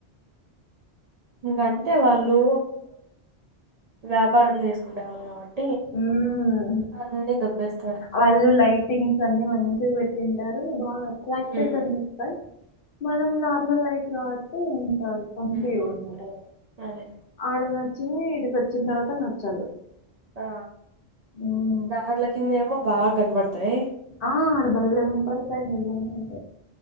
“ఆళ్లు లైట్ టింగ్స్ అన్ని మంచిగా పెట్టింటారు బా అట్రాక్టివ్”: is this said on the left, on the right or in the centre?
Left